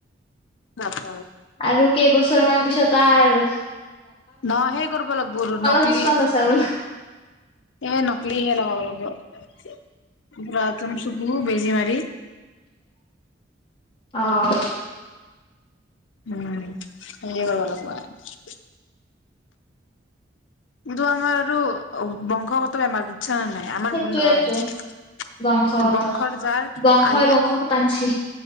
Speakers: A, on the left; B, on the left.
A: ন।
B: আৰু কেইবছৰ মান পিছত। তাৰ।
A: ন সে কৰিব লাগিব আৰু নকলি
B: চচমা লৈছা বোলে
A: এ নকলি হে লগাব লাগিবৰা <inaudible> একদম চুকো বেজি মাৰ।
B: আহ।
A: উম, স কৰিব লাগিব। কিন্তু আমাৰ আৰু বংশগত বেমাৰ। আচা ন নাই আমাৰ
B: সেইটোয়েতো
A: ভুল নাই,
B: বংশগত
A: বংশ যাৰ
B: বংশই
A: আহি।
B: বংশক টানছি